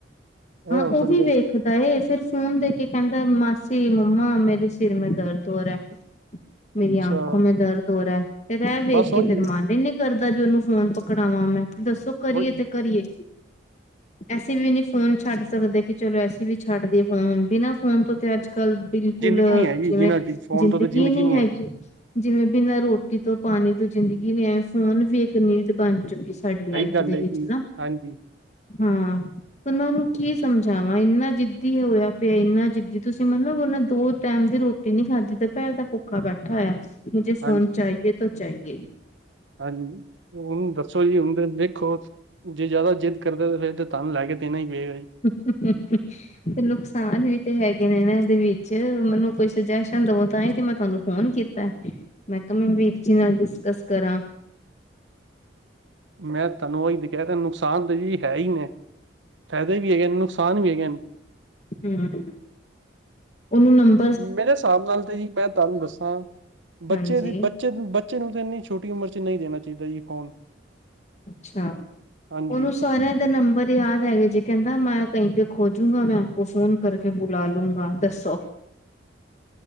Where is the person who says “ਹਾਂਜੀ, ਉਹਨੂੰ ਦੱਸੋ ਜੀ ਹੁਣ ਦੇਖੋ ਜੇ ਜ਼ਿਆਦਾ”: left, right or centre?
Right